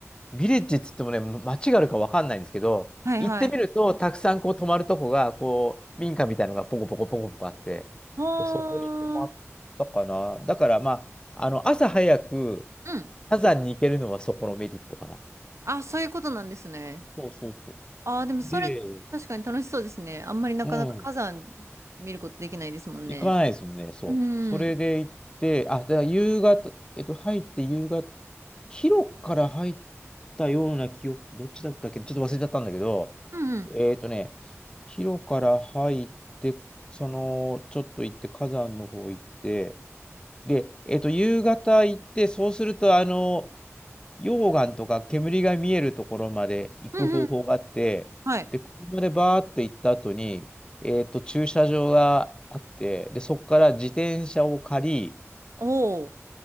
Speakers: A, on the left; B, on the right.
A: ビレッジっつってもね、ま街があるかわかんないんですけど、
B: はいはい。
A: 行ってみると、たくさんこう泊まるとこが、こう、民家みたいのがポコポコポコポコあって、
B: ほーん。
A: で、そこに泊まったかな。だからまあ、あの、朝早く
B: うん。
A: 火山に行けるのはそこのメリットかな。
B: あ、そういうことなんですね。
A: そうそうそ
B: ああ、でもそれ確かに楽しそうですね。
A: う。で、
B: あんまりなかなか火山
A: うん、
B: 見ることできないですもんね。
A: 行かないですもんね、そう。
B: うん。
A: それで行って、
B: うん
A: あ、だから夕方、えっと、入って夕方、広くから入ったような記憶、どっちだったっけ、ちょっと忘れちゃったんだけど、
B: うん。
A: えーとね、広から入って、その、ちょっと行って、火山の方行って、で、えーと、夕方行って、そうすると、あの、溶岩とか煙が見えるところまで行く方法があって、
B: うんうん。はい。
A: で、車でバーって行った後に、えーと、駐車場があって、で、そこから自転車を借り、
B: おお。